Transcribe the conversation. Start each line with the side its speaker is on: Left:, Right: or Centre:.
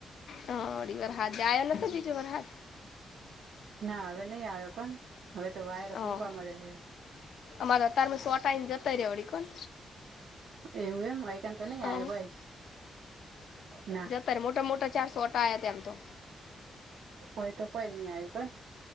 Left: હડી વરસાદ આયો નતો બીજો વરસાદ
Right: ના હવે નહી આવ્યો કોણ. હવે તો વાયરો
Left: હા
Right: ફૂકવા મળે હે.
Left: અમારે અતારમાં સોટાઈને જતો રહ્યો વળી કોણ
Right: એવું એમ હોયકન તો નઈ
Left: હા
Right: આવ કોઈ ના
Left: તારે મોટા મોટા ચારસોટા આયા તેમ તો
Right: હોય તો કોઈ ની આયું કોય